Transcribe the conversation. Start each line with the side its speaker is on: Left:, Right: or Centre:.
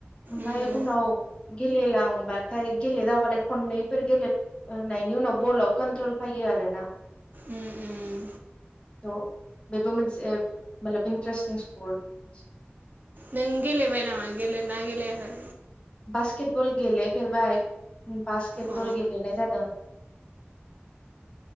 Left: ओमफाय
Right: उम
Left: उनाव गेलेलांबाथाय गेलेदावबाथाय खननैफोर गेलेबनायनि उनाव बलाव कन्ट्रल फैयो आर ना।
Right: उम उम
Left: त बेबो मोनसे मा इन्टारेस्टिं स्पर्टस
Right: नों गेलेबाय नामा गेले ना गेलेयाखै?
Left: बास्केट बल गेलेफेरबाय बास्केट बल
Right: अ
Left: गेलेनाय जादों।